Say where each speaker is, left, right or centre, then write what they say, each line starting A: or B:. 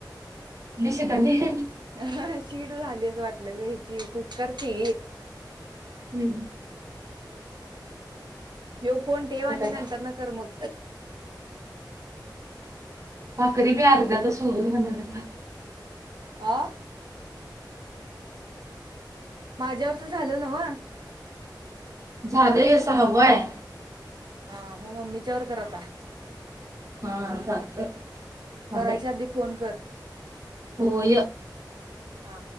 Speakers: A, on the right (about 40°); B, on the right (about 70°).
A: तेता ह
B: ह शीट झाली असं वाटलं ग ह्याची कुक्करची
A: हूं!
B: येऊ फोन ठेव, आणि
A: आता
B: नंतर ना कर मग
A: भाकरी मी अर्ध्या <unintelligible>
B: आ! माझ्यावरच झालं नव
A: झालेय हे सांगवा हे आहे
B: हा मग मम्मीच्या वर कर आता
A: हा चालतंय थांबे
B: करायच्या अधी फोन कर
A: होय.
B: हा!